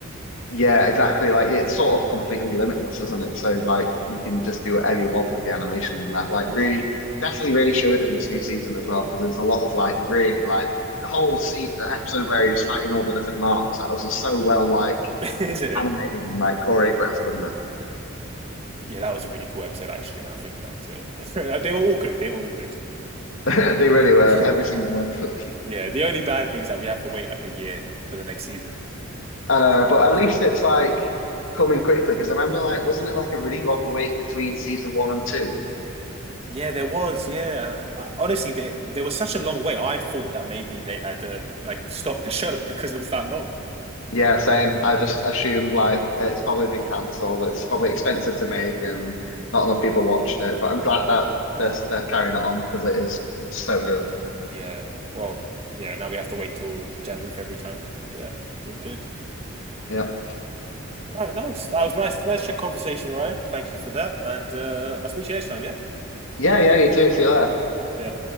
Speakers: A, on the left; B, on the right.
A: Yeah, exactly. Like it's sort of completely limitless, isn't it? So like you can just do whatever you want with the animation and that like really definitely really showed in this new season as well because there's a lot of like really like the whole se the episode where he was fighting all the different marks that was just so well like
B: <laughs> Isn't it?
A: animated and like choreographed and
B: Yeah, that was a really cool episode, actually. Now I think back to it, <laughs> they were all good. They were all good.
A: that <laughs> they really were
B: <laughs>
A: every single one. <laughs>
B: yeah, the only bad thing is that we have to wait like a year for the next season.
A: I know,
B: It's the
A: but
B: negative.
A: at least it's like coming quickly because I remember like wasn't it like a really long wait between season one and two?
B: Yeah, there was. Yeah, I, I, honestly, they, there was such a long wait. I thought that maybe they had um, like stopped the show <laughs> because it was that long.
A: Yeah, same. I just assumed like it's probably been cancelled. It's probably expensive to make and not enough people watched it. But I'm glad that they're, they're carrying it on because it is so good.
B: Yeah. Well, yeah. Now we have to wait till January, February time. But yeah, all good.
A: Yeah.
B: All Right. Nice. That was nice. Nice conversation, Ryan. Thank you for that. And uh, I'll speak to you next time. Yeah.
A: Yeah, yeah, you too. See you later.
B: Yeah.